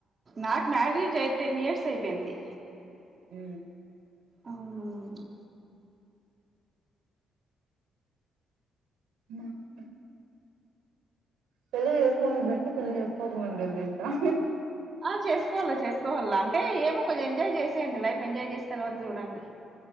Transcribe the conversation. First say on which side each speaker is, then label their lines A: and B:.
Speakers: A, on the right; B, on the right.
A: నాకు మ్యారేజ్ అయి టెన్ ఇయర్స్ అయిపోయింది.
B: ఊ
A: ఆవునా
B: మా అన్న పెళ్ళి చేసుకుంటే బెస్ట్ ఆ పెళ్ళి చేసుకో కుంటే బెస్ట్ ఆ
A: ఆ చేసుకోవల్ల చేసుకోవల్ల అంటే ఏమో కొంచెం ఎంజాయ్ చేసేయండి లైఫ్ ఎంజాయ్ చేసిన తర్వాత చూడండి